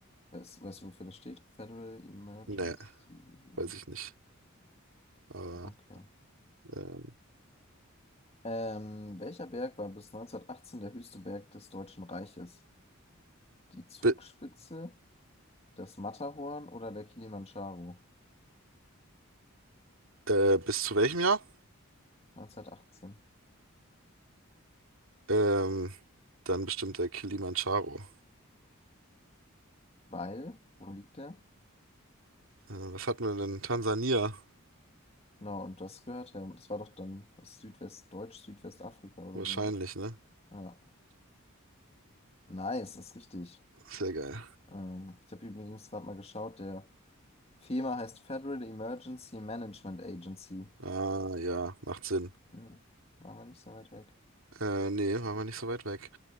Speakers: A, on the left; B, on the right.
A: Weißt, weißt du, wofür das steht? Federal Emergency.
B: Nee, weiß ich nicht. Aber
A: Okay.
B: ähm,
A: Ähm, welcher Berg war bis 1918 der höchste Berg des Deutschen Reiches? Die Zugspitze,
B: bi-
A: das Matterhorn oder der Kilimandscharo?
B: Äh, bis zu welchem Jahr?
A: 1918.
B: Ähm, dann bestimmt der Kilimanjaro.
A: Weil, wo liegt der?
B: Äh, was hatten wir denn? Tansania?
A: Genau, und das gehört ja, das war doch dann das Südwestdeutsch, Südwestafrika oder
B: Wahrscheinlich,
A: so, ne?
B: ne?
A: Ja. Nice, ist richtig.
B: Sehr geil.
A: Ähm, ich habe übrigens gerade mal geschaut, der FEMA heißt Federal Emergency Management Agency.
B: Ah, ja, macht Sinn.
A: Hm, waren wir nicht so weit weg.
B: Äh, nee, waren wir nicht so weit weg.